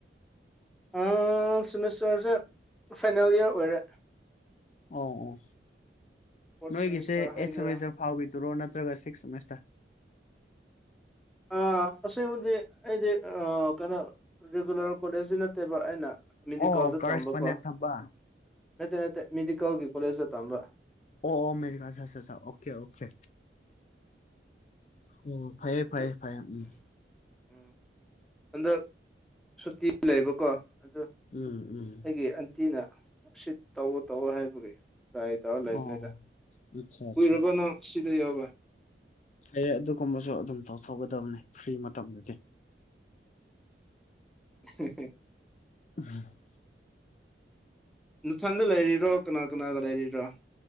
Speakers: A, in the centre; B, on the left.
A: ꯑꫭ ꯁꯤꯃꯤꯁꯇꯔꯁꯦ ꯐꯥꯏꯅꯦꯜ ꯏꯌꯔ ꯑꯣꯏꯔꯦ
B: ꯑꯣ ꯑꯣ
A: ꯐꯣꯔꯠ
B: ꯅꯣꯏꯒꯤꯁꯦ
A: ꯁꯦꯃꯤꯁꯇꯔ
B: ꯑꯩꯏꯠ
A: ꯍꯥꯏꯒꯦꯔꯥ
B: ꯁꯤꯃꯤꯁꯇꯔ ꯐꯥꯎꯈꯤꯗꯨꯔꯣ ꯅꯠ ꯇꯔꯒ ꯁꯤꯛꯁ ꯁꯤꯃꯤꯁꯇꯔ
A: ꯑ ꯑꯁꯦꯡꯕꯗꯤ ꯑꯩꯗꯤ ꯀꯩꯅꯣ ꯔꯤꯒꯨꯂꯔ ꯀꯣꯂꯦꯁꯇꯤ ꯅꯠꯇꯦꯕ ꯑꯩꯅ ꯃꯤꯅꯤꯀꫭꯜꯗ
B: ꯑꯣ ꯀꯔꯦꯁꯄꯣꯟꯗꯦꯟ
A: ꯇꯝꯕꯀꯣ
B: ꯊꯝꯕ
A: ꯅꯠꯇꯦ ꯅꯠꯇꯦ ꯃꯤꯅꯤꯀꫭꯜꯒꯤ ꯀꯣꯂꯦꯁꯇ ꯇꯝꯕ
B: ꯑꯣ ꯑꯣ ꯃꯦꯔ ꯁꯥ‌ꯁꯥ ꯁꯥ ꯑꯣꯀꯦ ꯑꯣꯀꯦ ꯑꯣ ꯐꯩꯌꯦ
A: ꯑꯗꯨ
B: ꯐꯩꯌꯦ ꯐꯩꯌꯦ ꯎꯝ
A: ꯎꯝ ꯍꯟꯗꯛ ꯁꯨꯇꯤ ꯂꯩꯕꯀꯣ ꯑꯗꯨ
B: ꯎꯝ ꯎꯝ
A: ꯑꯩꯒꯤ ꯑꯟꯇꯤꯅ ꯁꯤꯞ ꯇꯧꯋꯣ ꯇꯧꯋꫭ ꯍꯥꯏꯕꯒꯤ ꯇꯔꯥꯏ ꯇꯧꯔ ꯂꯩꯕꯅꯤꯗ
B: ꯑꯣ ꯑꯠꯆꯥ
A: ꯀꯨꯏꯔꯕ
B: ꯑꯠꯆꯥ
A: ꯅꯪꯁꯤꯗ ꯌꯥꯎꯕ
B: ꯐꯩꯌꯦ ꯑꯗꯨꯒꯨꯝꯕꯁꯨ ꯑꯗꯨꯝ ꯇꯧꯊꯣꯛꯒꯗꯕꯅꯦ ꯐ꯭ꯔꯤ ꯃꯇꯝꯗꯗꯤ
A: ꯍꯦ ꯍꯦ ꯍꯦ
B: ꯎꯝ <unintelligible>
A: ꯅꯊꯟꯗ ꯂꯩꯔꯤꯔꯣ ꯀꯅꯥ ꯀꯅꯥꯒ ꯂꯩꯔꯤ꯭ꯔꯣ